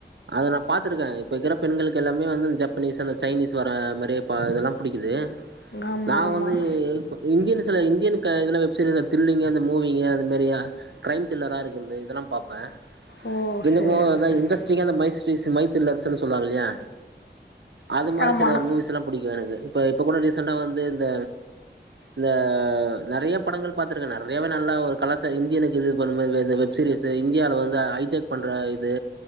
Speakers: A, on the right (about 80°); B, on the left (about 75°).
A: அத நா பா்த்துருக்க இப்பக்குற பெண்களுக்கெல்லாமே வந்து ஜப்பனீஸ் அந்த சைனீஸ் வரா மரி ப இதெல்லா புடிக்குது
B: ஆமாம்
A: நா
B: ஆமாம்
A: வந்தூ இந்தியன்ஸ்ல இந்தியனுக்க இதுல வெப்சீரிஸ் த்ரில்லிங்கு அந்த மூவிங்கு அது மெரியா க்ரைம் திரில்லாராருக்கறது இதெல்லா பாப்ப
B: ஓ
A: எங்கமோ
B: சரி
A: அதா
B: சரி
A: இண்ரஸ் பதிக்கி அந்த மைஸ்ரிஸ் மைத்தில்லர்ஸ்னு சொல்லுவாங்கில்லியா அது மாரி
B: ஆமாம்
A: சில மூவிஸ்லாம் புடிக்கு எனக்கு இப்ப இப்ப கூட ரீசண்டா வந்து இந்த இந்த நெறைய படங்கள் பாத்துருக்க நெறையாவே நல்ல ஒரு கலாச்சா இந்தியனுக்கு இது பண்ணுப இது வெப் சீரியஸூ இந்தியால வந்து ஐஜாக் பண்ற இது